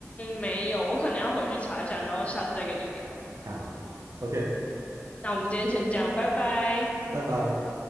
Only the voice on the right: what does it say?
好，OK，
拜拜。